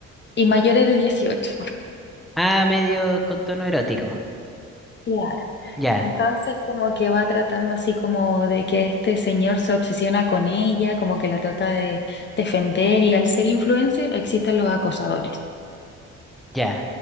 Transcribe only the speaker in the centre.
Ah, medio con tono erótico.
Ya,
ya.